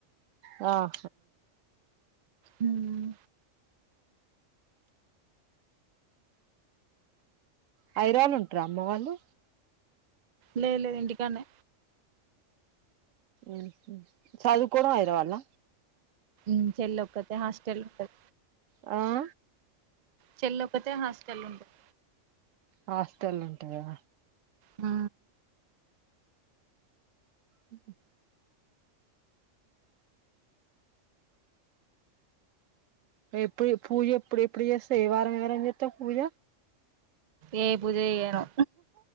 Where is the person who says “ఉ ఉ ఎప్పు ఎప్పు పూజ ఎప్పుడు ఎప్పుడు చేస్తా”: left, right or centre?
Right